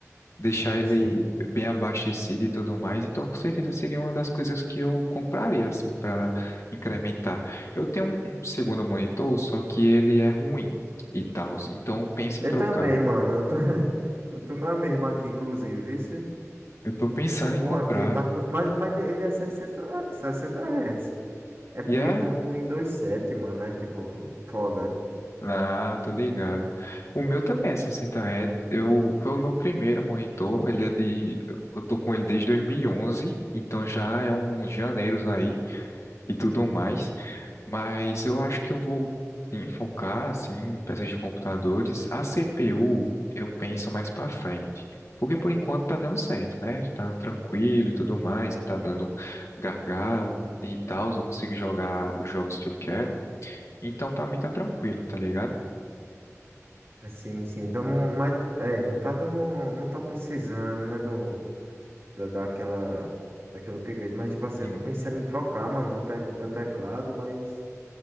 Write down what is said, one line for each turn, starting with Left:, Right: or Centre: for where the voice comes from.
Left: deixar
Right: sim,
Left: ele
Right: sim.
Left: bem abastecido e tudo mais. Então, com certeza seria uma das coisas que eu compraria assim para incrementar. Eu tenho um, um segundo monitor, só que ele é ruim e tal. Então, eu penso
Right: Eu
Left: em trocar.
Right: também, mano, eu tô, <laughs> eu tô na mesma aqui, inclusive, vice.
Left: Eu tô pensando
Right: Tô com
Left: em comprar
Right: aquele, tá com, mas, mas ele é sessenta sessenta Hz. É
Left: e
Right: porque
Left: é
Right: ele tá com o Windows 7, mano, aí tipo, foda.
Left: Ah, tô ligado. O meu também é 60 Hz. Eu, foi o meu primeiro monitor. Ele é de. Eu tô com ele desde 2011. Então já é uns janeiros aí e tudo mais. Mas eu acho que eu vou sim, focar assim, em peças de computadores. A CPU eu penso mais pra frente. Porque por enquanto tá dando certo, né? Tá tranquilo e tudo mais, não tá dando gargalo e tal. Eu consigo jogar os jogos que eu quero. Então pra mim tá tranquilo, tá ligado?
Right: Sim, sim. Então, não, mas, é, não tá dando, não tá precisando, né, do, da, daquela, daquele upgrade. Mas, tipo assim,
Left: Sim.
Right: eu tô pensando em trocar, mano, meu, tec, meu teclado, mas,